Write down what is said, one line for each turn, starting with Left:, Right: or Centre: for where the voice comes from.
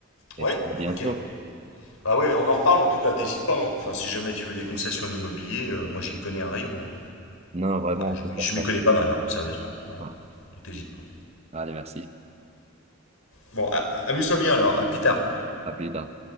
Right: Et
Left: Ouais,
Right: je te dis
Left: ok.
Right: à bientôt.
Left: Bah ouais, on en reparle en tout cas, t'hésites pas. hein. Enfin, si jamais tu veux des conseils sur l'immobilier, euh, moi j'y connais un rayon. hein.
Right: Non, vraiment,
Left: Ah,
Right: on
Left: je
Right: peut
Left: m'y
Right: faire
Left: je
Right: ça.
Left: m'y connais pas mal, hein, sérieusement. Voilà,
Right: Ouais.
Left: donc t'hésites pas.
Right: Allez, merci.
Left: Bon, a- amuse-toi bien alors, à plus tard.
Right: À plus tard.